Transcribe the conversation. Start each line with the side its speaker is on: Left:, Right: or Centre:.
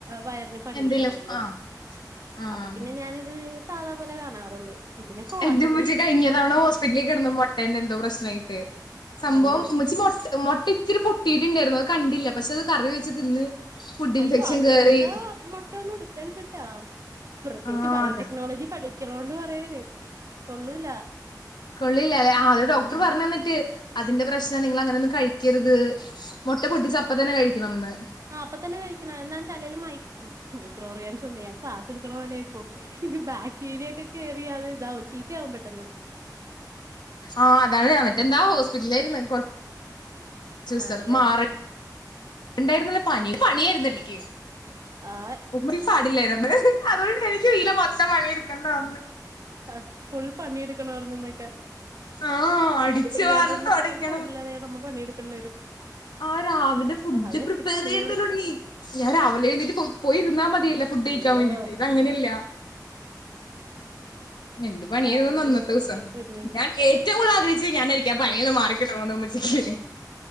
Right: വയറിന് പണിക്കിട്ടാറുണ്ട്
Left: എന്തേലും ആഹ് ആഹ്
Right: അപ്പൊ പിന്നെ ഞാനിത് സാധാ പോലെ കാണാറുള്ളു. ഇതിനൊക്ക
Left: എന്റെ
Right: ആശു
Left: ഉമ്മച്ചി കഴിഞ്ഞ തവണ ഹോസ്പിറ്റലി കിടന് മൊട്ടേന്റ എന്തോ പ്രശ്നയിട്ട് സംഭവം
Right: അയ്യോ
Left: ഉമ്മച്ചി മ മുട്ട ഇത്തിരി പൊട്ടിയിട്ടുണ്ടായിരുന്നു അത് കണ്ടില്ല പക്ഷെ അത് കറി വെച്ച് തിന്ന്. ഫുഡ്
Right: അയ്യോ
Left: ഇൻഫെക്ഷൻ
Right: അങ്ങനത്തെ
Left: കേറി
Right: മുട്ട ഒന്നും എടുക്കരുത്ട്ടാ പ്രത്യേകിച്ച്
Left: ആഹ്
Right: ബയോടെക്നോളജി
Left: അതെ
Right: പഠിക്കണണ്ട് പറയാണ് കൊള്ളൂല
Left: കൊള്ളില്ല അല്ലെ ആത് ഡോക്ടർ
Right: ആഹ്
Left: പറഞ്ഞു തന്നി അതിന്റെ പ്രശ്ന നിങ്ങളങ്ങനെയന്നും കഴിക്കരുത് മുട്ട പൊട്ടിച്ചപ്പതന്നെ കഴിക്കണംന്ന്
Right: ആഹ് അപ്പ തന്നെ കഴിക്കണം എന്താന്ന് വച്ചാൽ അല്ലേല് മൈ മൈക്രോ ഓർഗാൻസ് എന്ന് ഞാൻ ക്ലാസ് എടുക്കണ പോലെയിരിക്കും ഈ ബാക്ടീരിയക്കെ കയറിയത് ഇതാവും ചീത്തയാകും പെട്ടെന്ന്
Left: ആഹ് അതാണ് മറ്റെന്താ ഹോസ്പിറ്റലായിരുന് കൊർ ചുസമാറ
Right: ആണല്ലേ
Left: ഉണ്ടായിരുന്നല്ല പനി പണിയായിരുന്നെനിക്
Right: ആഹ്
Left: ഉമ്മ പാടില്ലായിരുന്നു അതുകൊണ്ട് എനിക്ക് വീട്ടല് മൊത്തം പണിയെടുക്കേണ്ട വന്ന്.
Right: ആ ഫുൾ പണിയെടുക്കണമായിരുന്നന്നക്കെ
Left: ആഹ് അടിച്ചു
Right: അത് ശരിയട്ട
Left: വാരണം
Right: ഉമ്മച്ചിമാർക്ക്
Left: തൊടക്കണം
Right: പാടില്ലാതെയ നമ്മൾ പണിയെടുക്കേണ്ടി വരും.
Left: ആ രാവിലെ ഫുഡ്
Right: അതെരട്ടി
Left: പ്രിപ്പയർ
Right: പണിയാണ്
Left: ചെയല്തുടങ്ങി ഞാൻ രാവിലെ എഴുന്നീറ്റ് പോയിരുന്നാ മതിയല്ല ഫുഡ്
Right: അയ്യോ
Left: കഴിക്കാൻ വേണ്ടീട്ട് ഇത് അങ്ങനെയല്ല എന്ത് പണിയായിരുന്നുന്ന്
Right: അള്ളേ
Left: അന്നത്തെ ദിവസം
Right: എന്റെ പൊന്നേ
Left: ഞാൻ ഏറ്റവും കൂടുതൽ ആഗഹിച്ചു ഞാനായിരിക്കാ പനിയൊന്ന്
Right: ഉം
Left: മാറി. കിട്ടണന്ന് ഉമ്മച്ചിക്ക്